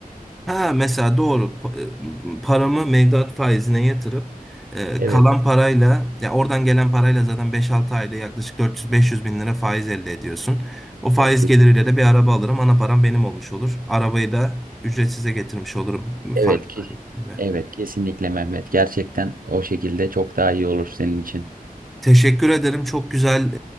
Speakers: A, in the centre; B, on the right.
A: Ha mesela doğru Pa- e, paramı mevduat faizine yatırıp e,
B: Evet.
A: kalan parayla ya oradan gelen parayla zaten beş altı ayda yaklaşık 400-500 bin lira faiz elde ediyorsun. O faiz
B: Belki.
A: geliriyle de bir araba alırım. Ana param benim olmuş olur. Arabayı da ücretsize getirmiş olurum
B: Evet
A: faiz
B: ki.
A: sayesinde.
B: Evet kesinlikle Mehmet. Gerçekten o şekilde çok daha iyi olur senin için.
A: Teşekkür ederim. Çok güzel